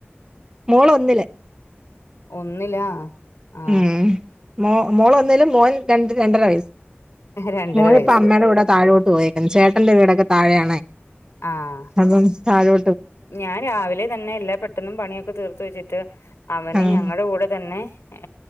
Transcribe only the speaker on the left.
ഒന്നിലാ ആ
രണ്ടര
വയസ്സ്
ആഹ്
ഞാൻ രാവിലെ തന്നെ എല്ലാ പെട്ടന്നും പണിയൊക്കെ തീർത്ത് വെച്ചിട്ട് അവനെ
ഞങ്ങളുടെ കൂടെ തന്നെ ഏ